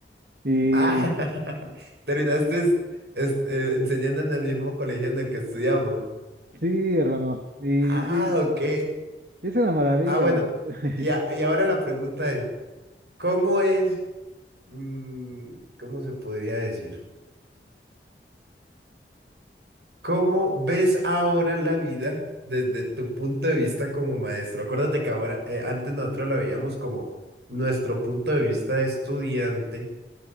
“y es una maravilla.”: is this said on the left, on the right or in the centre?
Right